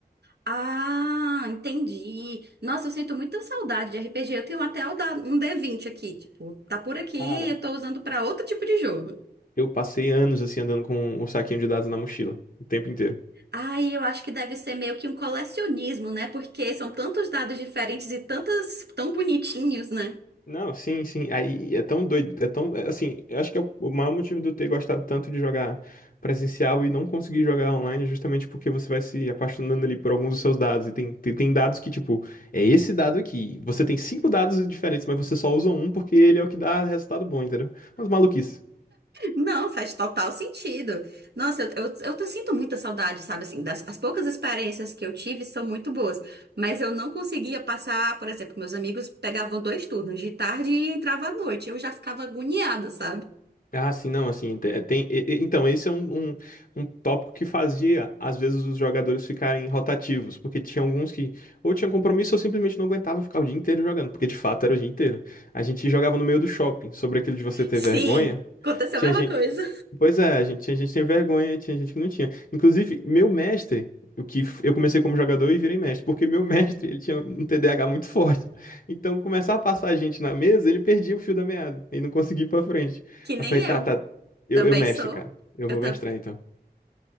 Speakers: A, on the right; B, on the left.
A: Ah, entendi. Nossa, eu sinto muita saudade de RPG. Eu tenho até o da- um d vinte aqui, tipo, tá por aqui,
B: Cara,
A: eu tô usando pra outro tipo de jogo.
B: Eu passei anos, assim, andando com o saquinho de dados na mochila, o tempo inteiro.
A: Ai, eu acho que deve ser meio que um colecionismo, né? Porque são tantos dados diferentes e tantas tão bonitinhos, né?
B: Não, sim, sim. Aí é tão doido, é tão, é, assim, eu acho que é o o maior motivo de eu ter gostado tanto de jogar presencial e não conseguir jogar online é justamente porque você vai se apaixonando ali por alguns dos seus dados. E tem, tem, tem dados que, tipo, é esse dado aqui. Você tem cinco dados diferentes, mas você só usa um porque ele é o que dá resultado bom, entendeu? Mas maluquice.
A: Não, faz total sentido. Nossa, eu, eu, eu te- sinto muita saudade, sabe assim, das, as poucas experiências que eu tive são muito boas, mas eu não conseguia passar, por exemplo, meus amigos pegavam dois turnos de tarde e entrava à noite. Eu já ficava agoniada, sabe?
B: Ah, sim, não, assim, te- tem, e- e- então, esse é um, um, um tópico que fazia, às vezes, os jogadores ficarem rotativos, porque tinha alguns que ou tinham compromisso ou simplesmente não aguentava ficar o dia inteiro jogando, porque de fato era o dia inteiro. A gente jogava no meio do shopping, sobre aquilo de você ter
A: Sim,
B: vergonha,
A: aconteceu
B: tinha,
A: a mesma coisa.
B: Pois é, a gente, tinha gente que tem vergonha, tinha gente que não tinha. Inclusive, meu mestre, o que f- eu comecei como jogador e virei mestre, porque meu <laughs> mestre, ele tinha um TDAH muito forte. Então, começar a passar a gente na mesa, ele perdia o fio da meada e não conseguia ir pra frente.
A: Que nem
B: Aí eu falei, tá,
A: eu.
B: tá, eu,
A: Também
B: eu mestro,
A: sou.
B: cara. Eu
A: Eu
B: vou
A: tam...
B: mestrar então.